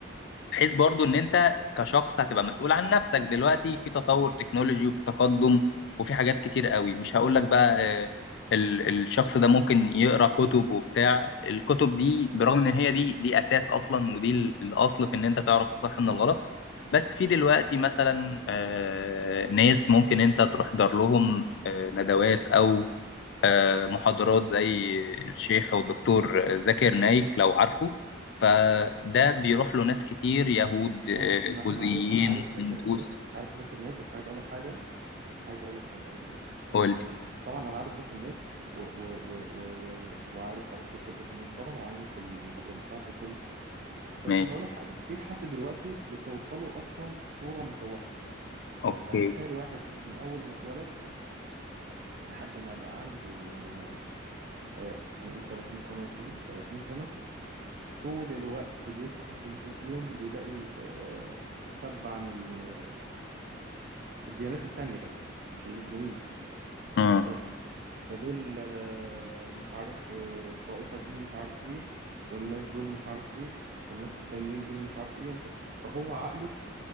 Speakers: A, on the left; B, on the right.
A: بحيث برضو ان انت كشخص هتبقى مسؤول عن نفسك دلوقتي في تطور
B: مم.
A: تكنولوجي وفي تقدم وفي حاجات كتير قوي مش هقول لك بقى آه، ال- الشخص ده ممكن يقرا كتب وبتاع الكتب دي برغم ان هي دي دي اساس اصلا ودي ال- الاصل في ان انت تعرف الصح من الغلط بس في دلوقتي مثلا آه، ناس ممكن انت تروح دار لهم آه، ندوات او محاضرات زي الشيخ والدكتور زاكر نايك لو عارفه فده بيروح له ناس كتير يهود آه،
B: انا انا
A: بوذيين
B: انا عارف انا عارف ذاكر
A: هندوس
B: نايك عارف ذاكر نايك بس عايز اقول لك حاجه عايز اقول لك حاجه عايز اقول لك حاجه
A: قول
B: طبعا انا عارف زكي النايك و... و... و... و... و... وعارف عارف الدكتور زكي النايك طبعا وعارف المحاضرات بتاعته وكل حاجه بس
A: ماشي
B: هقول لك حاجه في حد دلوقتي بتوصله اصلا صوره مشوهه
A: اوكي
B: يعني تخيل واحد من اول ما اتولد لحد ما بقى عنده آه، آه، هنقول 30 سنه يا سيدي 30 سنه طول الوقت بيفتح التلفزيون بيلاقي آه، سب عن ال- الديانات التانيه بقى مش المسلمين
A: امم
B: بس ده دول آه، مش عارف آه، الطائفة دي مش عارف ايه والناس دول مش عارف ايه والناس التانيين دول مش عارف ايه والناس... فهو عقله